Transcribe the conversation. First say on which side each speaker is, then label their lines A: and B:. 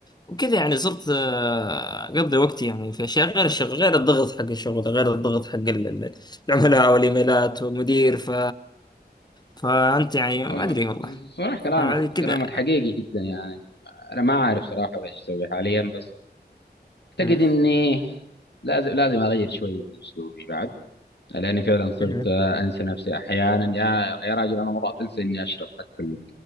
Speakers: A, on the left; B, on the left.
A: وكذا يعني صرت آه، أقضي وقتي يعني في أشياء غير الشغل غير الضغط حق الشغل غير الضغط حق العملاء والايميلات ومدير ف فانت يعني ما
B: والله-
A: ادري والله
B: صراحة كلامك
A: يعني كذا
B: كلامك حقيقي جدا يعني أنا ما أعرف صراحة إيش أسوي حاليا بس أعتقد
A: مهم.
B: إني لازم لازم أغير شوي من أسلوبي بعد لاني فعلا صرت
A: مهم.
B: آه، انسى نفسي احيانا يا يا راجل انا مرات انسى اني اشرب حتى ال-